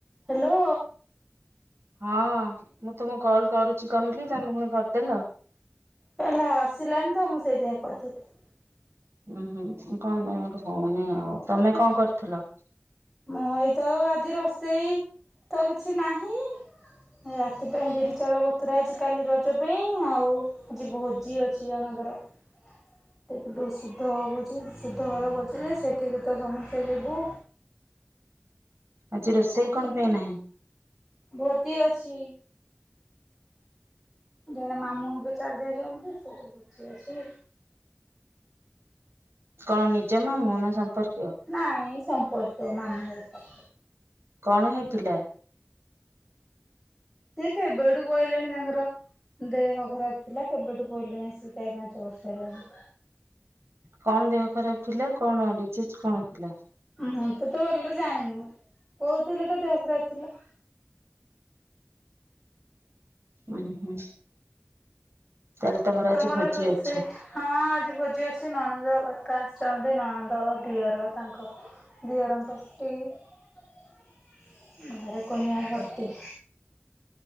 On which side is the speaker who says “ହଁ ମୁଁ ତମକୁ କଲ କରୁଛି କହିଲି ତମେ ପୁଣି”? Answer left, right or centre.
Right